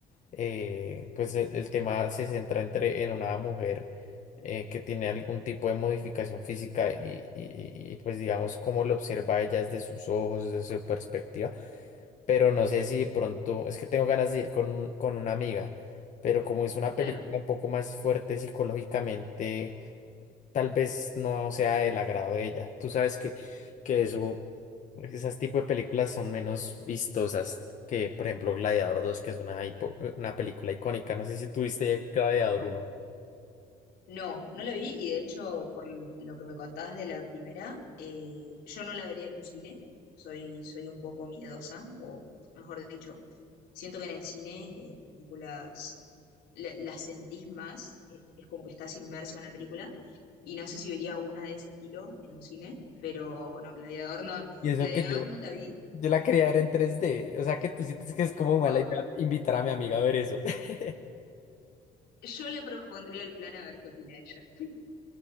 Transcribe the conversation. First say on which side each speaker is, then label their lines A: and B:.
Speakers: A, on the left; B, on the left.
A: Eh, pues el, el tema se centra entre, en una mujer eh, que tiene algún tipo de modificación física y, y- y- y, pues digamos cómo lo observa ella desde sus ojos, desde su perspectiva pero no sé si de pronto, es que tengo ganas de ir con, un- con una amiga, pero como es una
B: claro.
A: película un poco más fuerte psicológicamente, tal vez no sea del agrado de ella. Tú sabes que, que eso, esas tipo de películas son menos vistosas que, por ejemplo, Gladiador dos que es una, hipo- una película icónica. No sé si tuviste Gladiador uno
B: No, no la vi y de hecho por lo que me contabas de la primera, eh, yo no la vería en un cine, soy, soy un poco miedosa, o mejor dicho, siento que en el cine eh, películas la- las sentís más, eh, es como que estás inmerso en la película y no sé si vería una de ese estilo en un cine, pero no, Gladiador no,
A: Y eso
B: Gladiador
A: que yo,
B: no la vi,
A: yo la quería ver en tres d O sea que tú sientes que es como
B: Wow.
A: mala idea invitar a mi amiga a ver eso. <laughs>
B: Yo le propondría el plan a ver qué opina ella. <laughs>